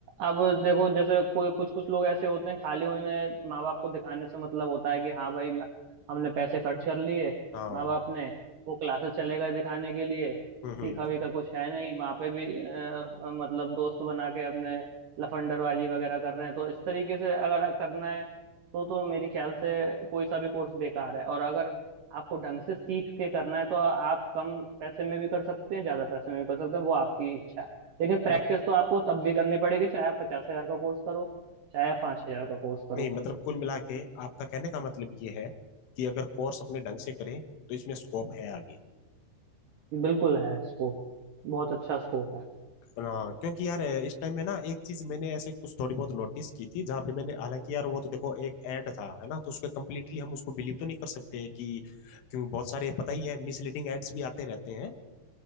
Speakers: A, on the right; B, on the left.
A: अब देखो जैसे कोई कुछ कुछ लोग ऐसे होते हैं खाली उन्हें माँ बाप को दिखाने से मतलब होता है कि हाँ भाई मैं- हमने पैसे खर्च कर लिए
B: हाँ
A: माँ बाप ने वो क्लासेस चले गए दिखाने के लिए
B: हम्म हम्म
A: सीखा वीखा कुछ है नहीं वहाँ पे भी अ, मतलब दोस्त बना के अपने लफंडरबाजी वगैरह कर रहे हैं तो इस तरीके से अगर करना है तो तो मेरे ख्याल से कोई सा भी कोर्स बेकार है और अगर आपको ढंग से सीख के करना है तो आप कम पैसे में भी कर सकते हैं ज्यादा पैसे में भी कर सकते हैं वो आपकी इच्छा है लेकिन प्रैक्टिस
B: मत,
A: तो आपको तब भी करनी पड़ेगी चाहे आप पचास हजार का कोर्स करो चाहे आप पांच हजार का कोर्स करो
B: नहीं मतलब कुल मिला के आपका कहने का मतलब ये है कि अगर कोर्स अपने ढंग से करें तो इसमें स्कोप है आगे
A: बिल्कुल है स्कोप बहुत अच्छा स्कोप है
B: हाँ क्योंकि यार इस टाइम में ना एक चीज मैंने ऐसे कुछ थोड़ी बहुत नोटिस की थी जहाँ पे मैंने हालांकि यार वो तो देखो एक ऐड था है ना तो उसको कम्प्लीटली हम उसको बिलीव तो नहीं कर सकते कि क्योंकि बहुत सारे पता ही है मिसलीडिंग एड्स भी आते रहते हैं